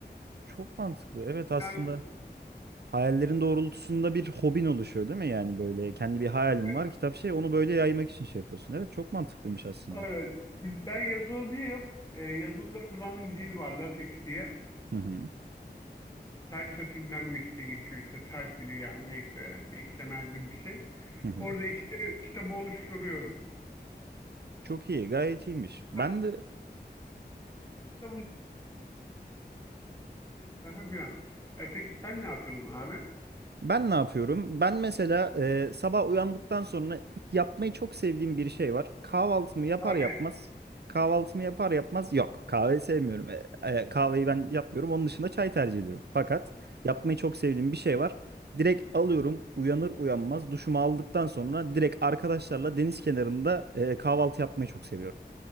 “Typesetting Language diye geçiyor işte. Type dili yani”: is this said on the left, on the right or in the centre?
Left